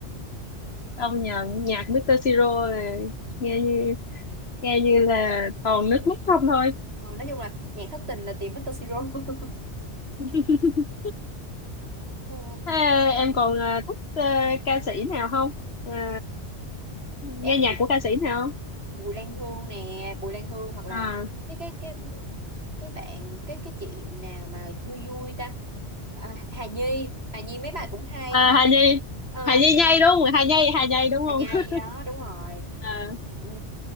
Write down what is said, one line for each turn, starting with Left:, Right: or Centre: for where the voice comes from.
Left: công nhận nhạc Mr. Siro là nghe như nghe như là toàn nước mắt không thôi
Right: Ờ, nói chung là nhạc thất tình là tìm Mr. Siro <laughs>
Left: <laughs>
Right: Ừ.
Left: Thế em còn à, thích à, ca sĩ nào không à, nghe
Right: em
Left: nhạc của ca sĩ nào không
Right: Bùi Lan Hương nè Bùi Lan Hương hoặc là
Left: à,
Right: cái cái cái cái bạn cái cái chị nào mà vui vui ta à, Hà Nhi Hà Nhi mấy bài cũng hay
Left: à Hà Nhi
Right: à,
Left: Hà Nhi nhây đúng không Hà Nhi Hà Nhi đúng
Right: Hà
Left: không
Right: Nhi
Left: <laughs>
Right: đó đúng rồi
Left: à,
Right: ừ.